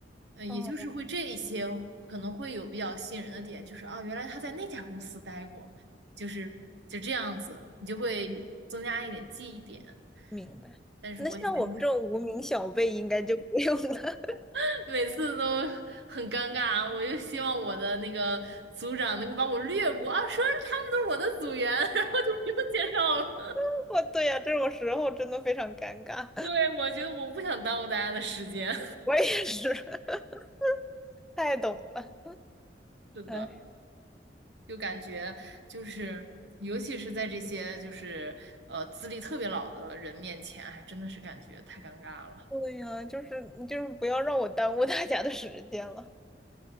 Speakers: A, on the right; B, in the centre.
A: 呃，也就是会这一些可能会有比较吸引人的点，
B: 哦。
A: 就是啊，原来他在那家公司待过，就是就这样子，你就会增加一点记忆点。
B: 明白。
A: 但是我也没有，
B: 那像我们这种无名小辈，应该就不用了。
A: <laughs> 每次都很尴尬，我就希望我的那个组长能够把我略过啊，说他们都是我的组员，<laughs> 然后就不用介绍了。
B: <laughs> 我对呀、这种时候真的非常尴尬。
A: 对，我觉得我不想耽误大家的时间。
B: 我也是，<laughs> 太懂了。
A: <laughs> 是的，
B: 哎，
A: 就感觉就是，尤其是在这些就是呃资历特别老的人面前，哎，真的是感觉太尴尬了。
B: 对呀、就是就是不要让我耽误大家的时间了。